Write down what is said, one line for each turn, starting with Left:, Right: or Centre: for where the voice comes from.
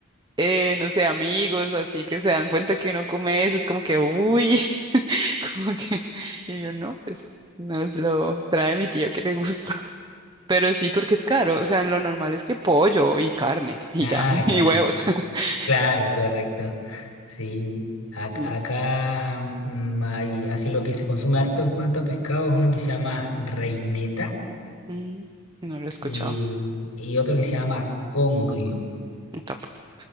Right: eh, no sé, amigos o así que se dan cuenta que uno come eso, es como que, uy, <laughs> como que, y yo no, pues nos lo trae mi tío que le gusta. <laughs> Pero sí, porque es caro. O sea, lo normal es que pollo y carne y
Left: ah,
Right: ya, <laughs>
Left: ya,
Right: y huevos. <laughs>
Left: claro, correcto, sí. Ac-
Right: Sí.
Left: acá mm, hay, así lo que se consume harto en cuanto a pescado es uno que se llama reineta
Right: Mm, no lo he escuchado,
Left: y, y otro que se llama congrio.
Right: no, tampoco.